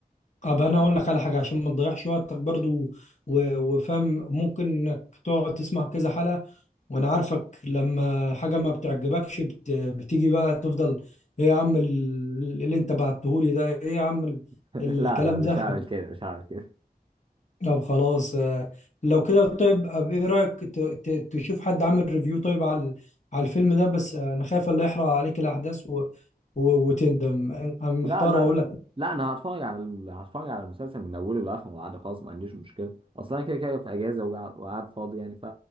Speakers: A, on the left (about 45°); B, on the right (about 35°).
A: طب انا اقول لك على حاجه عشان ما تضيعش وقتك برضو و- وفاهم ممكن انك تقعد تسمع كذا حلقه وانا عارفك لما حاجه ما بتعجبكش بت... بتيجي بقى تفضل ايه يا عم ال- اللي انت بعتهولي ده ايه يا عم ال-
B: <laughs> لا
A: الكلام
B: لا مش
A: ده
B: هعمل كده مش هعمل كده
A: طب خلاص آه، لو كده طيب أب- ايه رايك ت... ت... تشوف حد عامل ريفيو طيب على ال- على الفيلم ده بس آه، انا خايف اللي يحرق عليك الاحداث و... و... وتندم انا أنا محتار
B: لا لا
A: اقول لك
B: لا انا هتفرج على ال... هتفرج على المسلسل من اوله لاخره عادي خلاص ما عنديش مشكله اصلا انا كده كده في اجازه وقاعد وقاعد فاضي يعني ف...